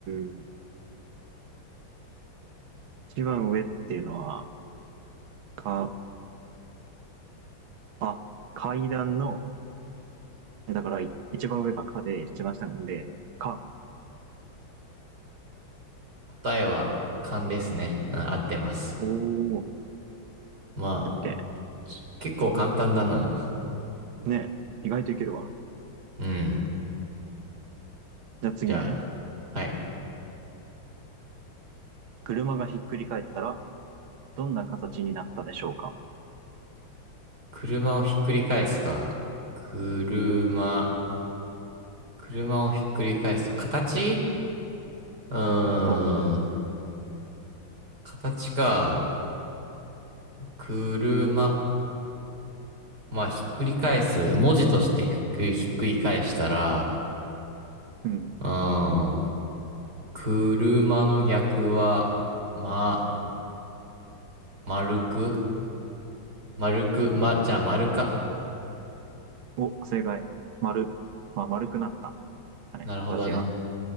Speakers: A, on the right (about 85°); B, on the right (about 50°).
A: ん。一番上っていうのは、か、あ、階段の、だから一番上がかで、一番下なんで、かん。
B: 答えは勘ですね。うん、合ってます。
A: おー、オッ
B: まあ、
A: ケーオッケ
B: ち結構簡単だな。
A: ー。ねえ、意外といけるわ。
B: うん。
A: じゃあ次ね。
B: じゃあ、はい。
A: 車がひっくり返ったら、どんな形になったでしょうか
B: 車をひっくり返すか。車、
A: うん
B: 車をひっくり返すと、形うー
A: そ
B: ん、形か。車、まあ、ひっくり返す。文字としてひっくり、ひっくり返したら、
A: う。うん。
B: うーん。車の逆は、まあ、丸く丸く、ま、じゃあ丸か。
A: お、正解。丸。まあ、丸くなった。だね、
B: なるほどね。
A: 形が。